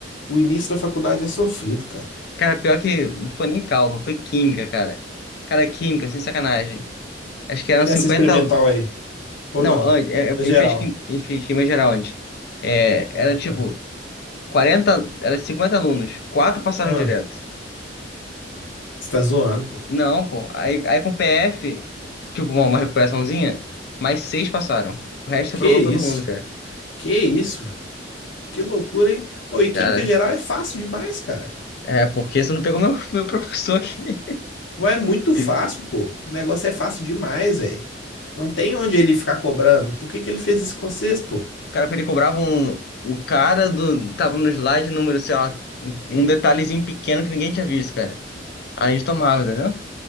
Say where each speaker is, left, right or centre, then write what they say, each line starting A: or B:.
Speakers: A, on the left (about 85°); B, on the left (about 60°).
A: O início da faculdade é sofrido, cara.
B: cara, pior que não foi nem cálculo, foi química, cara. Cara, química, sem sacanagem. Acho que eram
A: Essa
B: 50
A: experimental
B: alu-
A: aí, ou
B: Não,
A: não?
B: antes, é, é, a
A: Na geral.
B: gente fez, quim- a gente fez química geral antes. É,
A: Ah,
B: era tipo
A: tá.
B: 40 era 50 alunos, quatro passaram
A: Ah,
B: direto.
A: você tá zoando, pô.
B: Não, pô. Aí, aí com PF, tipo, uma, uma recuperaçãozinha, mais seis passaram. O resto
A: Que
B: aprovou
A: isso?
B: todo mundo, cara.
A: Que isso? Que loucura, hein? Ô, e química
B: Cara,
A: geral é fácil demais, cara.
B: é porque você não pegou meu, <laughs> meu professor aqui.
A: Mas É muito fácil,
B: O
A: pô. O negócio é fácil demais, velho. Não tem onde ele ficar cobrando. Por que que ele fez isso com vocês, pô?
B: cara, ele cobrava um. O cara do. Tava no slide número, sei lá, um detalhezinho pequeno que ninguém tinha visto, cara. Aí a gente tomava, entendeu?